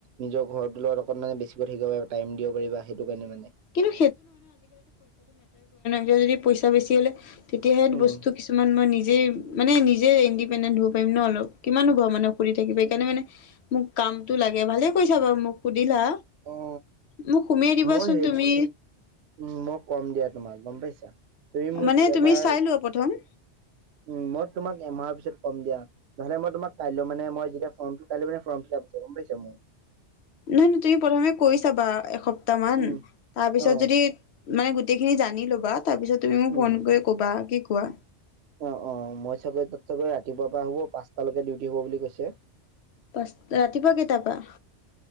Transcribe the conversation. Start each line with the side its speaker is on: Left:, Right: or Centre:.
Right: নিজৰ ঘৰ ত লগত অকন মানে বেছিকৈ থাকিব পাৰা টাইম দিব পাৰিবা সেইটো কাৰণে মানে।
Left: কিন্তু তেতিয়া যদি পইচা বেছি হ'লে তেতিয়াহে
Right: উম
Left: বস্তু কিছুমান মই নিজ নিজ মানে নিজে ইণ্ডিপেণ্ডেণ্ট হ'ব পাৰিম ন অলপ কিমাননো <unintelligible> থাকিবা সেইকাৰণে মানে মোক কামতটো লাগে, ভালে কৈছা বাৰু মোক দিলা,
Right: অ অ
Left: মোক সোমোৱাই দিবাচোন।
Right: মই সেই
Left: তুমি
Right: উম, মই কম দিয়া তোমাক গম পাইছা। তুমি মোক
Left: মানে
Right: এবাৰ
Left: তুমি চাই লোৱা প্ৰথম।
Right: উম মই তোমাক এমাহৰ পিছত কম দিয়া। নহলে মই তোমাক কাইলৈ মানে মই যেতিয়া ফৰ্ম কাইলৈ মানে ফৰ্ম ফিলাপ আছে গম পাইছা মোৰ।
Left: নহয়, নহয় তুমি প্ৰথমে কৰি চাবা একসপ্তাহ মান
Right: উম
Left: তাৰপিছত
Right: অ
Left: যদি মানে গোটেইখিনি জানি ল'বা। তাৰ পিছত তুমি মোক
Right: উম
Left: ফোন কৰি ক'বা কি কোৱা?
Right: অ', অ' মই চাগৈ তাতে গৈ ৰাতিপুৱাৰ পৰা হ'ব পাঁচটা লৈকে ডিউটি হ'ব বুলি কৈছে।
Left: পাঁচটা। ৰাতিপুৱা কেইটাৰ পৰা?